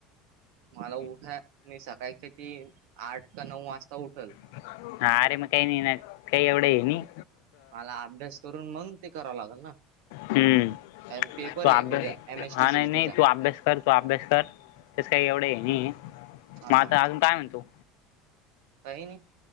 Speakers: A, on the right; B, on the left.
A: मला उठा मी सकाळ खेती आठ का नऊ वाजता उठल.
B: अरे मग काही नाही काही एवढं आहे नाही.
A: मला अभ्यास करून मग ते करावं लागेल ना.
B: हम्म
A: कारण पेपर
B: तू
A: आहे
B: अभ्यास
A: उद्या एम एस
B: हा
A: टी सीईटीचा
B: नाही नाही तू अभ्यास कर तू अभ्यास कर तस काय एवढं नाही
A: हा.
B: मग आता अजून काय म्हणतो
A: काही नाही